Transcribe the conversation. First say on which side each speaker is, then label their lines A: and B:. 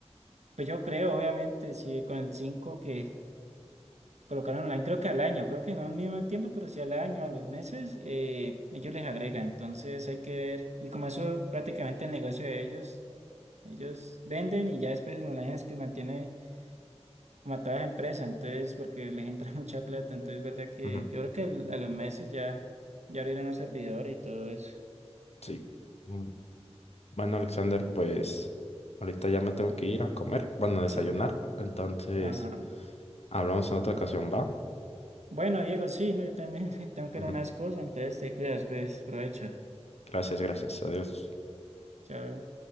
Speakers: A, on the right; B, on the left.
A: Pues yo creo, obviamente, sí, con el 5 que Colocaron online, creo que al año, creo que no al mismo tiempo, pero sí al año, a los meses, eh, ellos les agregan. Entonces hay que ver. Y como eso prácticamente el negocio de ellos, ellos venden y ya después el online es que mantiene como a todas las empresas, entonces porque les entra <laughs> mucha plata. Entonces, verdad que
B: Ujú,
A: yo creo que al- a los meses ya, ya abrieron los servidores y todo eso.
B: Sí. Mm, Bueno, Alexander, pues ahorita ya me tengo que ir a comer, bueno, a desayunar.
A: Sí,
B: Entonces,
A: ajá.
B: hablamos en otra ocasión, ¿va?
A: Bueno, Diego, sí, no, yo también <laughs> tengo que
B: Ujú,
A: ir a unas cosas, entonces te cuidas, pues, provecho.
B: Gracias, gracias. Adiós.
A: Chao.